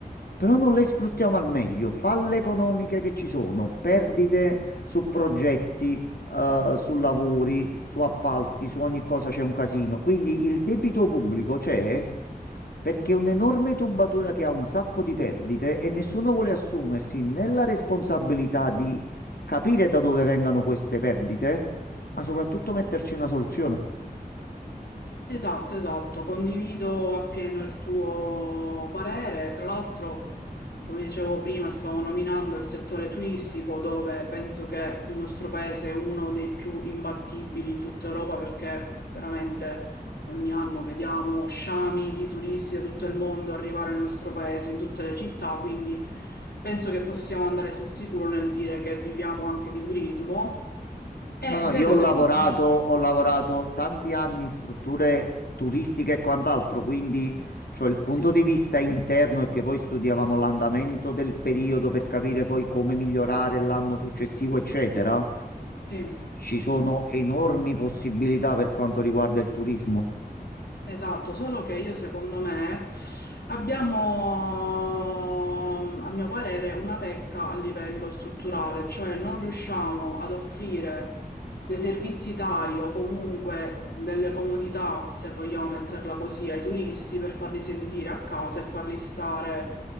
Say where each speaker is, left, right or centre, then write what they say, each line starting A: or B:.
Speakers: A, on the left; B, on the left.
A: però non le sfruttiamo al meglio. Falle economiche che ci sono, perdite su progetti, eh, su lavori, su appalti, su ogni cosa c'è un casino. Quindi il debito pubblico c'è perché è un'enorme tubatura che ha un sacco di perdite e nessuno vuole assumersi né la responsabilità di capire da dove vengano queste perdite, ma soprattutto metterci una soluzione.
B: Esatto, esatto, condivido appieno il tuo parere. Tra l'altro, come dicevo prima, stavo nominando il settore turistico dove penso che il nostro paese è uno dei più imbattibili in tutta Europa perché veramente ogni anno vediamo sciami di turisti da tutto il mondo arrivare nel nostro paese, in tutte le città, quindi penso che possiamo andare sul sicuro nel dire che viviamo anche di turismo. E
A: No, no,
B: vedo
A: io ho lavorato,
B: che... tu...
A: ho lavorato tanti anni in strutture turistiche e quant'altro, quindi cioè, il punto
B: Sì.
A: di vista interno è che poi studiavamo l'andamento del periodo per capire poi come migliorare l'anno successivo, eccetera.
B: Sì,
A: Ci sono enormi possibilità per quanto riguarda il turismo.
B: esatto, solo che io secondo me abbiamo, a mio parere, una pecca a livello strutturale, cioè non riusciamo ad offrire dei servizi tali o comunque delle comodità, se vogliamo metterla così, ai turisti per farli sentire a casa e farli stare